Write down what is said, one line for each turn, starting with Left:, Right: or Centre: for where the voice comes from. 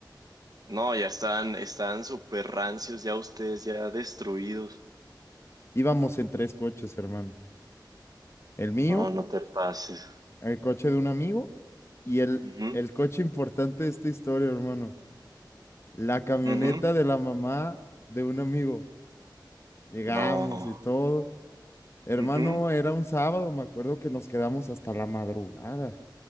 Right: no, ya están, están súper rancios, ya ustedes ya destruidos.
Left: Íbamos en tres coches, hermano. El mío
Right: No, no te pases.
Left: el coche de un amigo y el,
Right: Ujú,
Left: el coche importante de esta historia, hermano. La camioneta
Right: ujú,
Left: de la mamá de un amigo. Llegamos
Right: No.
Left: y todo. Hermano,
Right: Ujú,
Left: era un sábado, me acuerdo que nos quedamos hasta la madrugada,